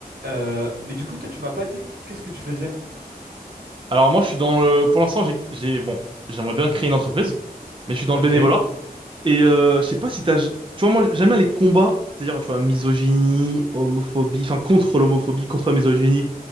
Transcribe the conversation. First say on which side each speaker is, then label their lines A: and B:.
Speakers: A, on the right; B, on the right.
A: Euh, mais du coup, toi, tu m'as pas dit qu'est-ce que tu faisais?
B: Alors moi, je suis dans le... Pour l'instant, j'ai... j'ai- Bon, j'aimerais bien créer une entreprise, mais je suis dans
A: Ok,
B: le bénévolat. Et euh, je sais pas si t'as... Tu vois, moi, j'aime bien les combats, c'est-à-dire, tu vois, misogynie, homophobie, enfin, contre l'homophobie, contre la misogynie,